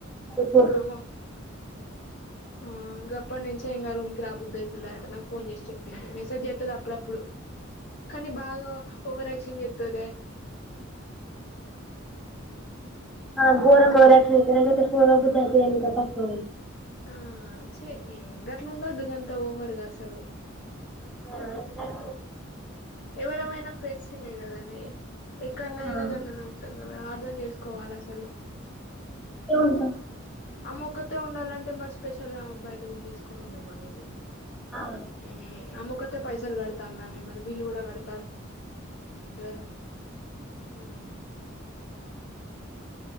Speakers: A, in the centre; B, on the left.
A: క <inaudible>
B: ఆమ ఆ గా అప్పటి నుంచే ఇంకా రూమ్ కకి రాబద్దుఅయితలేదు ఆట నాకు ఫోన్ చేసి చెప్పింది మెసేజ్ జెట్టది అప్పుడప్పుడు కానీ బాగా ఓవర్ యాక్షన్ చెత్తదే
A: ఆ గోరంగ ఓవర్ యాక్షన్ చెత్తది నాకైతే పొరబుద్ది అయితది ఎక్కి తక్కో
B: ఆ చి గట్ల ఉండద్దు గంతా ఓవరుగా అసలు
A: అ
B: ఎవరేమైనా ఫ్రెండ్స్మే గాదనే ఎక్కడనయినా
A: ఊకే
B: గట్లనే ఉంటాం కదా అర్థం చేసుకోవాలి అసలు
A: ఉంటా
B: అమ్మొక్కతే ఉండాలంటే మరి స్పెషల్ గా ఆమెకు బయట రూమ్ తీసుకొని ఉండం మనురిగా
A: ఆ
B: ఏ ఆమో కతే పైసలు కడుతం దానే మరి వీళ్ళు కూడా కడతారు గదా ఉమ్